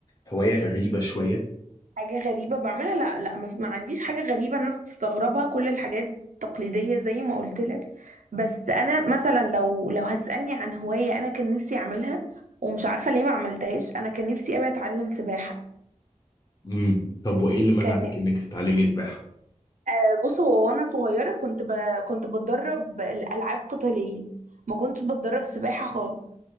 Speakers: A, on the left (about 30°); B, on the right (about 80°).
A: هوايه غريبه شويه
B: حاجة غريبة بعملها لا لا ما ما عنديش حاجة غريبة الناس بتستغربها كل الحاجات تقليدية زي ما قلت لك بس انا مثلا لو لو هتسألني عن هواية انا كان نفسي اعملها ومش عارفة ليه ما عملتهاش انا كان نفسي قوي اتعلم سباحة
A: امم طب وايه اللي منعك
B: كان نفسي
A: انك تتعلمي سباحه
B: آه بص هو وانا صغيرة كنت ب... كنت بتدرب الألعاب قتالية ما كنتش بتدرب سباحة خالص